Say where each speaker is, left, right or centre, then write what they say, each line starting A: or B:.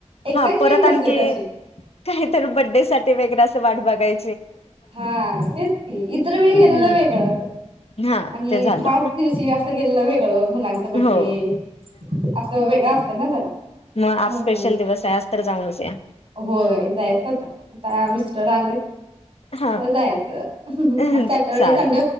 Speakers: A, on the right; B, on the left.
A: एक्साइटमेंट
B: हा परत
A: नसते
B: आणखी
A: तशी
B: काहीतर बडे्साठी वैगरे असं वा बघाय
A: हा तेच की इतर वेळी गेलेलं
B: हम्म
A: वेगळं.
B: हा
A: आणि
B: ते झालं
A: खास दिवशीच गेलेल वेगळं. मुलांच बड्डे
B: हो
A: असं वेगळं असत ना जरा,
B: मग आज
A: म्हणून,
B: स्पेशल दिवस आहे आज तर जाऊनच या
A: होय जायचं आता आता मिस्टर आले
B: हा
A: अ जायचं
B: चाल
A: सॅटरडे संडे